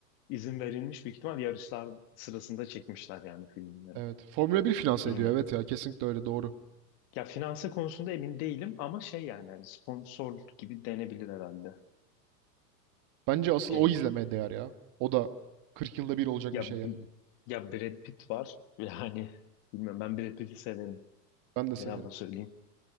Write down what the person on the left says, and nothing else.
izin verilmiş büyük ihtimal yarışlar sırasında çekmişler yani filmleri.
Filmi.
Ya finanse konusunda emin değilim ama şey yani hani sponsor gibi denebilir herhalde.
Şey
ya
ya Brad Pitt var. <laughs> Yani bilmiyorum ben Brad Pitt'i severim.
Ne yalan söyleyeyim.